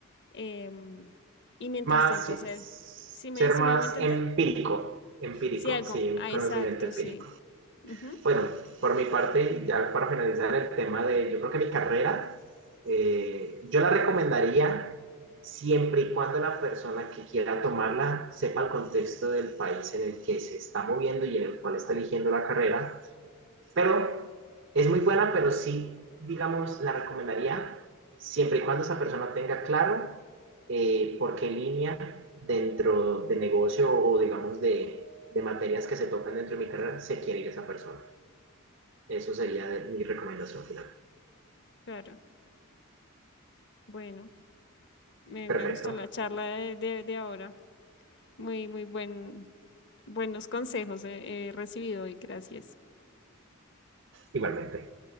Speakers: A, on the left; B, on the right.
A: em, y mientras
B: Más,
A: tanto hacer, si me,
B: ser
A: si
B: más
A: me hago entender,
B: empírico, empírico,
A: si algo,
B: sí,
A: ah,
B: conocimiento
A: exacto,
B: empírico.
A: sí, ujú,
B: Bueno, por mi parte, ya para finalizar el tema de, yo creo que mi carrera, eh, yo la recomendaría siempre y cuando la persona que quiera tomarla sepa el contexto del país en el que se está moviendo y en el cual está eligiendo la carrera. Pero es muy buena, pero sí, digamos, la recomendaría siempre y cuando esa persona tenga claro eh, por qué línea dentro de negocio o, digamos, de, de materias que se tocan dentro de mi carrera se quiere ir esa persona. Eso sería mi recomendación final.
A: claro, bueno, me,
B: Perfecto,
A: me gustó la charla de, de, de ahora, muy, muy buen, buenos consejos he he recibido y gracias.
B: igualmente.